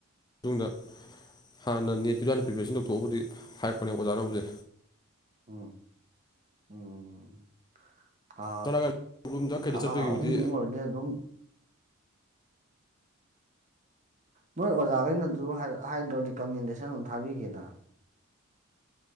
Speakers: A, on the left (about 20°); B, on the right (about 35°).
A: ꯃꯇꯨꯡꯗ ꯍꯥꯟꯅ ꯅꯦꯠꯀꯤꯖꯦꯅ ꯄ꯭ꯔꯤꯄꯦꯔꯦꯁꯟ ꯇꯧꯊꯣꯛꯑꯣꯕꯨꯗꯤ ꯍꯥꯏꯔꯛꯄꯅꯦ ꯑꯣꯖꯥꯅꯕꯨꯗꯤ
B: ꯎꯝ ꯎꯝ ꯊꯥ
A: ꯆꯠꯂꯀꯥꯟꯗ ꯔꯨꯝꯗ ꯀꯩꯗ
B: ꯊꯥ
A: ꯆꯠꯄꯒꯤꯕꯨꯗꯤ
B: ꯑꯍꯨꯝꯃꯨꯛ ꯑꯣꯏꯔꯗꯤ ꯑꯗꯨꯝ ꯅꯣꯏ ꯑꯣꯖꯥꯈꯩꯅ ꯑꯗꯨ ꯍꯥꯏꯗ꯭ꯔꯣ ꯔꯤꯀꯃꯦꯟꯗꯦꯁꯟ ꯑꯗꯨ ꯊꯥꯕꯤꯒꯦꯗ